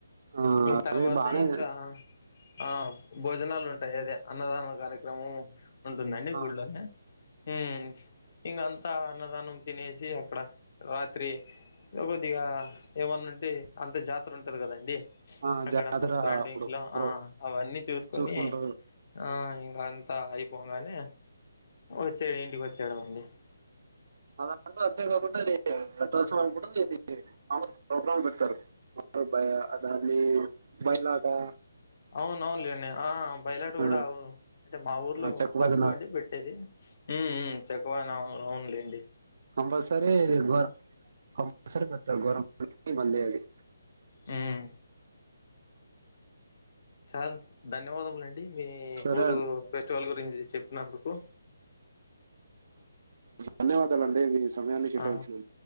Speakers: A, on the right; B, on the left.
A: ఆ,
B: ఇం తర్వాత
A: అదే బానే
B: ఇంగా ఆ భోజనాలుంటాయి అదే అన్నదాన కార్యక్రమము ఉంటుందండి
A: ఆ
B: గుళ్లోనే ఉమ్ ఇగంతా అన్నదానం తినేసి అక్కడ రా త్రి ఇగ కొద్దిగా ఏవన్నా ఉంటే అంత జాతర ఉంటది కదండి
A: ఆ
B: అక్కడంత
A: జాతర
B: స్టాండింగ్స్
A: అప్పుడు
B: లా
A: ప్రో
B: ఆ అవన్నీ చూసుకొని
A: చూసుకుంటారు
B: ఆ ఇంకా అంతా అయిపోగానే వచ్చే ఇంటికి వచ్చాయడమేనండి
A: అలా అందు అంతే కాకుండా ఇది సమం కూడా ఇది మాములు ప్రోగ్రామ్ పెడతారు రూపాయా అదాన్ని మైలాగా
B: అవును అవునులేండి ఆ బయలాట
A: ఆ,
B: కూడావు అంటే మా ఊర్లో
A: ఆ, చెక్క భజన
B: తక్కువ అండి పెట్టేది ఉ ఉ చెక్క భజన అవును ఆన్లైన్
A: కంపల్సరీ గో కంపల్సరీ పెడతారు గోరమెం బందే అది <inaudible>
B: హ్మ్. చాల ధన్యవాదములు టె మీ
A: సరే
B: ఊరు ఫెస్టివల్ గురించి చెప్పినందుకు
A: ధన్యవాద్ అండి సమయాన్ని కేటాచ్చిన
B: ఆ!